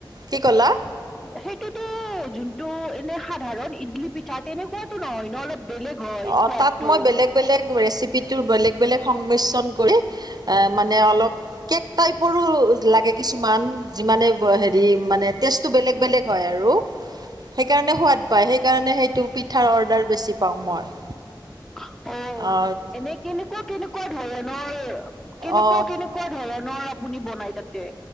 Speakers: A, on the right (about 55°); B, in the centre.
A: কি কলা?
B: সেইটোতো যোনতটো এনে সাধাৰণ ইডলি পিঠা তেনেকুৱাতো নহয় ন অলপ বেলেগ হয়
A: অ',
B: সোৱাদটো।
A: তাত মই বেলেগ বেলেগ ৰেচিপিৰ বেলেগ বেলেগ সংমিশ্ৰণ কৰি মানে অলপ কেক টাইপৰো লাগে কিছুমান, যিমানে হেৰি মানে টেষ্টটো বেলেগ বেলেগ হয় আৰু। সেইকাৰণে সোৱাদ পাই। সেইকাৰণে সেইটো পিঠাৰ অৰ্ডাৰ বেছি পাওঁ মই।
B: <inaudible>
A: অ'।
B: এনে কেনেকুৱা কেনেকুৱা ধৰণৰ কেনেকুৱা
A: অঁ
B: কেনেকুৱা ধৰণৰ আপুনি বনাই। তাতে!